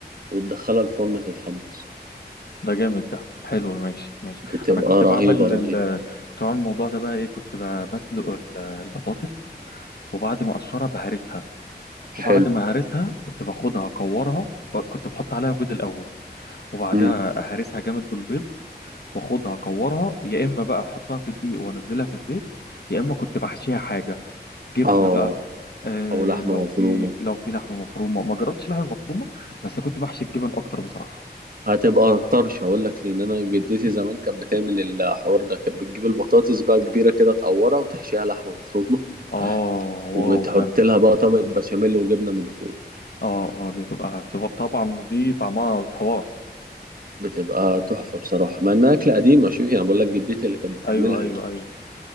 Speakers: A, on the right; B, on the left.
A: وتدخلها الفرن تتحمص
B: ده جامد ده حلو ماشي ماشي
A: بتبقى
B: انا كنت
A: رهيبة
B: بعمل
A: رهيبة
B: ال... آه، كنت بعمل الموضوع ده بقى ايه كنت ب- بسلق ال- آه، البطاطس وبعد ما اقشرها بهرسها وبعد
A: حلو
B: ما هرسها كنت باخدها اكورها كنت بحط عليها بيض الاول وبعدها
A: امم
B: اهرسها جامد بالبيض واخدها اكورها يا اما بقى احطها في دقيق وانزلها في الزيت يا اما كنت بحشيها حاجه جبنه
A: اه
B: بقى آه
A: او لحمة
B: لو في
A: مفرومة
B: لو في لحمه مفرومه ما جربتش لحمه مفرومه بس كنت بحشي الجبن اكتر بصراحه
A: هتبقى طرش اقول لك لان انا جدتي زمان كانت بتعمل الحوار ده كانت بتجيب البطاطس بقى كبيرة كده تقورها وتحشيها لحمة مفرومة
B: اه
A: وتحط
B: واو جامد
A: لها
B: ده
A: بقى طبقة بشاميل وجبنة من فوق
B: اه اه ده تبقى تبقى طبعا دي طعمها حوار
A: بتبقى تحفة بصراحة مع انها اكلة قديمة شوف يعني بقول لك جدتي اللي كانت بتعملها
B: ايوه ايوه
A: يعني
B: ايوه